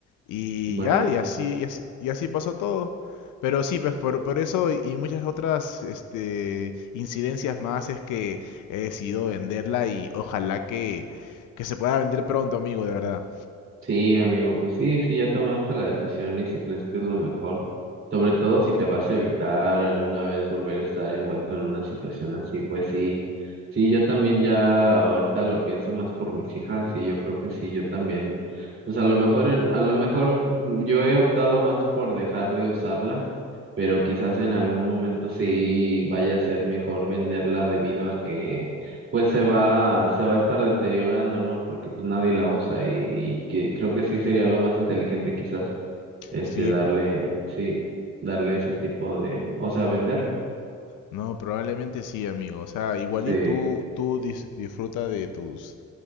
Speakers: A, on the left; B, on the right.
A: Y
B: Bueno.
A: ya, y así, y así, y así pasó todo. Pero sí, pues por, por eso y y muchas otras este, incidencias más es que he decidido venderla y ojalá que, que se pueda vender pronto, amigo, de verdad.
B: Sí, amigo, pues sí, sí, ya tomaste la decisión y si crees que es lo mejor, sobre todo si te vas a evitar alguna vez volver a estar envuelto en una situación así, pues sí, sí, yo también ya ahorita lo pienso más por mis hijas y yo creo que sí, yo también, pues a lo mejor, en, a lo mejor mm, yo he optado más por dejar de usarla, pero quizás en algún momento sí vaya a ser mejor venderla debido a que pues se va, se va a estar deteriorando, ¿no? Porque pues nadie la usa y, y que creo que sí sería lo más inteligente quizás, este,
A: Sí,
B: darle, sí, darle ese tipo de, o sea, venderla.
A: no, probablemente sí, amigo. O sea, igual
B: Sí,
A: y tú, tú dis- disfruta de tus